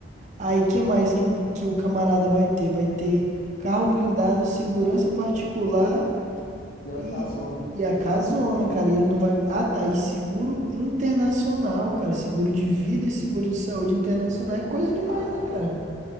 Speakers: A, on the right (about 40°); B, on the left (about 50°).
A: Aí, que mais que o, que o camarada vai ter? Vai ter carro blindado, segurança particular
B: E a
A: e,
B: casona.
A: e a casona, cara. E ele não vai. Ah, tá. E seguro internacional, cara. Seguro de vida e seguro de saúde internacional. É coisa demais,
B: Caraca.
A: né, cara?